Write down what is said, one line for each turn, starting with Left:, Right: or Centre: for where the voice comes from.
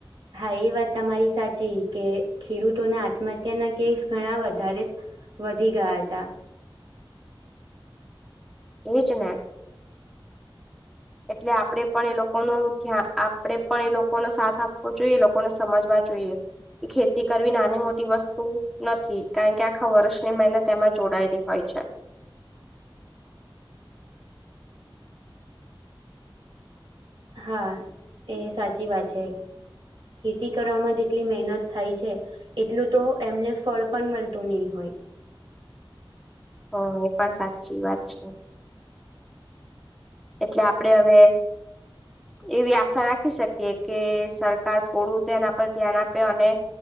Right: હા એ વાત તમારી સાચી કે ખેડૂતોના આત્મહત્યાના કેસ ઘણા વધારે વધી ગયા હતા.
Centre: એજ ને એટલે આપણેે પણ એ લોકોનું ધ્યા આપડે પણ એ લોકોનો સાથ આપવો જોઈએ એ લોકોને સમજવા જોઈએ ખેતી કરવી નાની મોટી વસ્તુ નથી કારણ કે આખા વર્ષની મહેનત એમાં જોડાયેલી હોય છે.
Right: હા એ સાચી વાત છે. ખેતી કરવામાં જેટલી મહેનત થાય છે. એટલું તો એમને ફળ પણ મળતું નહી હોય
Centre: હ એ પણ સાચી વાત છે. એટલે આપડે હવે એવી આશા રાખી શકીએ કે સરકાર થોડું તે એના પર ધ્યાન આપે અને